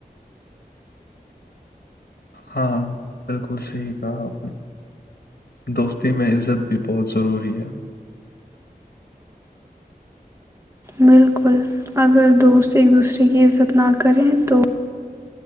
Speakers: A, on the left (about 85°); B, on the right (about 15°).
A: ہاں بالکل صحی کہا اپ نے دوستی میں عزت بھی بہت ضروری ہے
B: بالکل اگر دوست ایک دوسرے کی عزت نہ کریں تو